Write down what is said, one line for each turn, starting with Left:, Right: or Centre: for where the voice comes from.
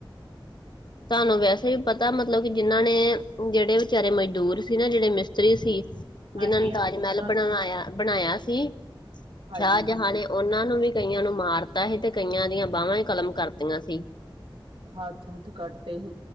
Right: <inaudible>
Left: ਤੁਹਾਨੂੰ ਵੈਸੇ ਵੀ ਪਤਾ ਮਤਲਬ ਕਿ ਜਿਹਨਾਂ ਨੇ ਜਿਹੜੇ ਵਿਚਾਰੇ ਮਜ਼ਦੂਰ ਸੀ ਨਾ ਜਿਹੜੇ ਮਿਸਤਰੀ ਸੀ। ਜਿਨਾਂ
Right: ਹਾਂਜੀ
Left: ਨ
Right: ਹਾਂਜੀ
Left: ਤਾਜ
Right: ਉਹਨਾਂ
Left: ਮਹਿਲ ਬਣਵਾਇਆ ਬਣਾਇਆ ਸੀ,
Right: ਹਾਂਜੀ
Left: ਸ਼ਾਹਜਹਾਂ ਨੇ- ਉਹਨਾਂ ਨੂੰ ਵੀ ਕਈਆਂ ਨੂੰ ਮਾਰਤਾ ਸੀ ਤੇ ਕਈਆਂ ਦੀਆਂ ਬਾਹਵਾਂ ਹੀ ਕਲਮ ਕਰਤੀਆਂ ਸੀ।
Right: ਹੱਥ- ਹੂਥ ਕੱਢਤੇ ਹੀ।